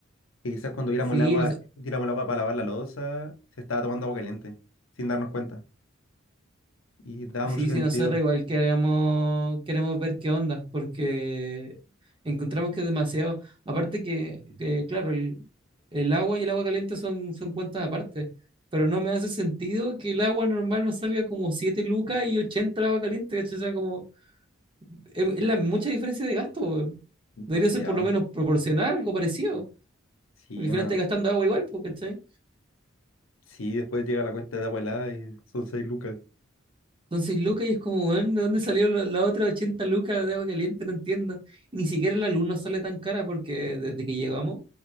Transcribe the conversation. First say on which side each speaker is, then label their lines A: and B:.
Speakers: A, on the left; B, on the right.
A: Que quizás cuando diéramos
B: Sí,
A: el agua,
B: no
A: tiramos el agua para lavar la loza, se estaba tomando agua caliente, sin darnos cuenta. Y daba
B: Sí,
A: mucho sentido.
B: sí, nosotros igual queremos, queremos ver qué onda, porque encontramos que es demasiado. Aparte que, que, claro, el, el agua y el agua caliente son, son cuentas aparte, pero no me hace sentido que el agua normal nos salga como 7 lucas y 80 el agua caliente, ¿cachai? O sea, como, es, es la mucha diferencia de gasto, weón.
A: Demasiado.
B: Debería ser por lo menos proporcional, algo parecido,
A: Sí,
B: porque al final
A: uno,
B: estás gastando agua igual, pues, ¿cachai?
A: sí, después llega la cuenta de agua helada y son seis lucas.
B: Entonces, 6 lucas y es como, weón, ¿de dónde salió la- las otras 80 lucas de agua caliente? No entiendo. Y ni siquiera la luz nos sale tan cara porque desde que llegamos,